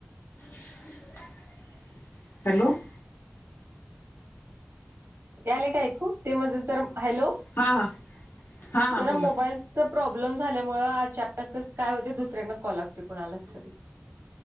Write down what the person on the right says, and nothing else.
याले काय ऐकू? ते मधेच जरा हॅलो
जरा
मोबाईलच प्रॉब्लेम झाल्यामु अचानकच काय होते दुसऱ्यांना कॉल लागते कोुणाला तरी